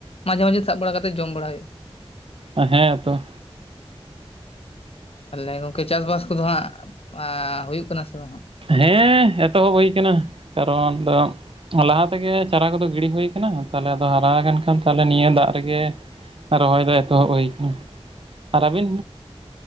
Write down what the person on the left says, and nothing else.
ᱢᱟᱡᱷᱮ ᱢᱟᱡᱷᱮ ᱥᱟᱵ ᱵᱟᱲᱟ ᱠᱟᱛᱮ ᱡᱚᱢ ᱵᱟᱲᱟ ᱦᱩᱭᱩᱜᱼᱟ᱾
ᱛᱟᱦᱞᱮ ᱜᱚᱢᱠᱮ ᱪᱟᱥ ᱵᱟᱥ ᱠᱚᱫᱚ ᱦᱟᱸᱜ ᱮ ᱦᱩᱭᱩᱜ ᱠᱟᱱᱟ ᱥᱮ ᱵᱟᱝ ᱦᱟᱜ?